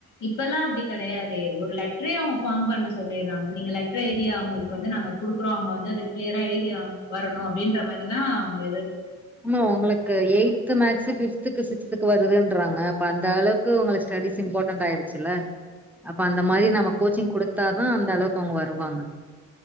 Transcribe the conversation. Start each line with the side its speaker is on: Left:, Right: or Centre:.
Left: இப்பலா அப்டி கெடையாதே ஒரு லெட்டரே அவுங் ஃபாம் பண்ண சொல்லிறாங்க நீங்க லெட்ர் எழுதி அவுங்களுக்கு வந்து நாங் குடுக்றோங்க வந்து அது கிளியரா எழுதி வரணு அப்டின்ற மாரிலா அவுங்க
Centre: இன்னு உங்களுக்கு எய் த்து மேக்ஸ் பிப்துக்கு சிக்ஸ்துக்கு வருதுறாங்க அப்ப அந்தளவுக்கு உங்க ஸ்டடிஸ் இம்பார்டன்ட் ஆயிடுச்சுல்ல அப்ப அந்த மாதிரி நம்ம கோச்சிங் குடுத்தாதா அந்த அளவுக்கு அவுங்க வருவாங்க